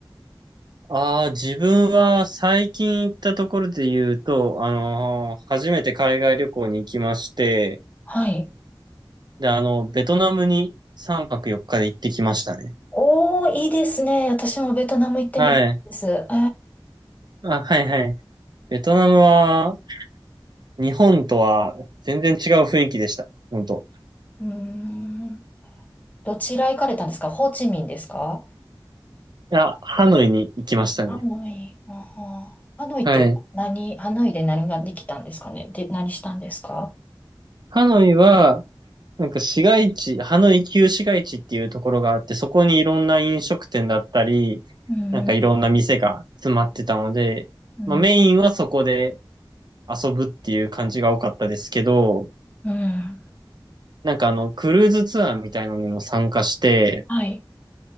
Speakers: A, on the right; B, on the left.
A: ああ、自分は最近行ったところで言うと、あのー初めて海外旅行に行きまして、
B: はい。
A: で、あの、ベトナムに3泊4日で行ってきましたね。
B: おー、いいですね。私もベトナム行ってみたいです。
A: はい。
B: えー、
A: あ、はい、はい。ベトナムは、日本とは全然違う雰囲気でした。本当。
B: うーん。どちら行かれたんですかホーチミンですか
A: いや、ハノイに行きましたね。
B: ハノイ、あはハノイって何、
A: はい。
B: ハノイで何ができたんですかねで、何したんですか
A: ハノイは、なんか市街地、ハノイ旧市街地っていうところがあって、そこにいろんな飲食店だったり、
B: うんうん、
A: なんかいろんな店が詰まってたので、
B: うん、
A: まあ、メインはそこで遊ぶっていう感じが多かったですけど、
B: うん。
A: なんかあの、クルーズツアーみたいのにも参加して、
B: はい、